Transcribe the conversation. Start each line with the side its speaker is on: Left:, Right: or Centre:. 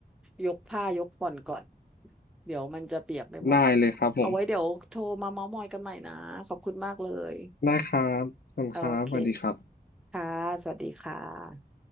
Centre: ยกผ้ายกฝนก่อนเดี๋ยวมันจะเปียกไปหมด
Left: ได้เลยครับผม
Centre: เอาไว้เดี๋ยวโทรมาเม้าท์มอยกันใหม่นะขอบคุณมากเลย
Left: ได้ครับขอบคุณครับสวัสดีครับ
Centre: โอเคค่ะสวัสดีค่ะ